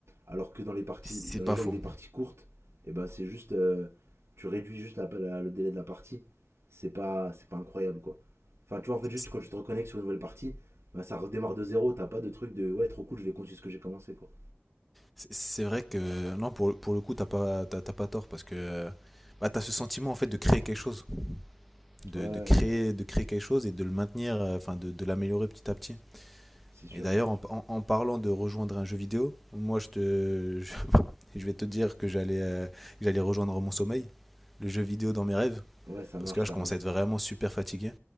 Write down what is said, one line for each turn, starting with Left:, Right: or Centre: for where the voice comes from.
Right: Alors que dans les parties,
Centre: C'est
Right: dans
Centre: pas
Right: les jeux
Centre: faux.
Right: avec des parties courtes, et ben c'est juste, euh, tu réduis juste la- la- le délai de la partie. C'est pas, c'est pas incroyable quoi. Enfin, tu vois, en fait, juste
Centre: C'est-
Right: quand tu te reconnectes sur une nouvelle partie, ben, ça redémarre de zéro. T'as pas de truc de ouais, trop cool, je vais continuer ce que j'ai commencé quoi.
Centre: c'est- C'est vrai que non pour le- pour le coup t'as pas t'as, t'as pas tort parce que bah, t'as ce sentiment en fait de créer quelque chose de,
Right: Ouais, ouais,
Centre: de créer, de créer quelque chose et de le maintenir, euh, enfin de, de l'améliorer petit à petit.
Right: c'est sûr.
Centre: Et d'ailleurs, en, en- en parlant de rejoindre un jeu vidéo, moi je, te, <laughs> je, vais te dire que j'allais euh, que j'allais rejoindre mon sommeil, le jeu vidéo dans mes rêves,
Right: Ouais, ça
Centre: parce
Right: marche,
Centre: que là
Right: t'as
Centre: je commence
Right: raison.
Centre: à être vraiment super fatigué.